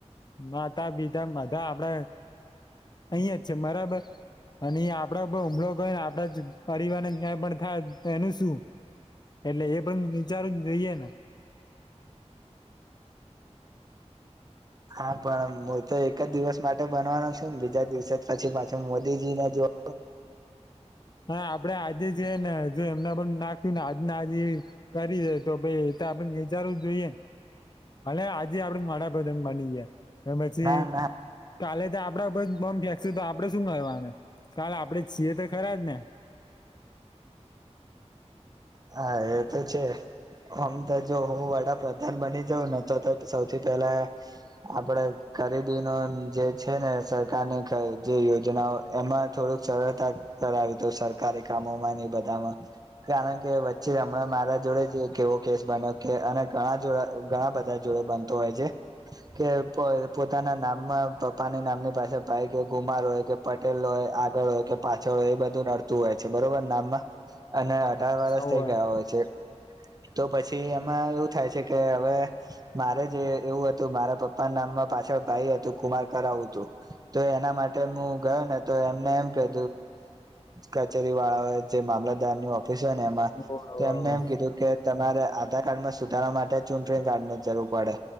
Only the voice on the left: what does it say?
માતા પિતા માધા આપડે. અહીં જ છે બરાબર અને આપડ હુમલો કરયોને આપડા જ પરિવારને ક્યાંય પણ એનું શું એટલે એ પણ વિચારું જોઈએ ને <inaudible>
હા આપડે આજે જ ને જો એમને પણ નાખ્યું ને આજ આજ કરી દે તો ભાઈ એ તો આપણે વિચારવું જોઈએ. ભલે આજે આપડે વડાપધ બની ગયા. એ પછી
કાલે તો આપડા ઉપર બોમ્બ ફેંકશ તો આપડે શું કરવાના કાલ આપડે છીએ તો ખરા જ ને
હોવે
હોવે